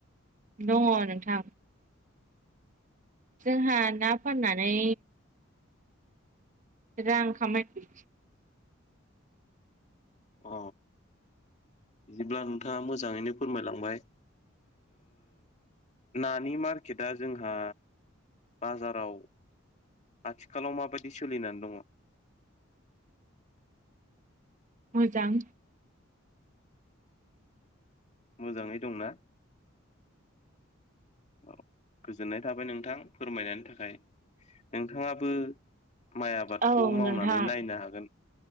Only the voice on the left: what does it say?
अ बिदिब्ला नोंथाङा मोजाङैनो फोरमायलांबाय नानि मार्केटआ जोंहा बाजाराव आथिखालाव माबायदि सोलिनानै दङ
मोजाङै दंना
औ गोजोननाय थाबाय नोंथां फोरमायनायनि थाखाय नोंथाङाबो माइ आबादखौ
मावनानै
नायनो हागोन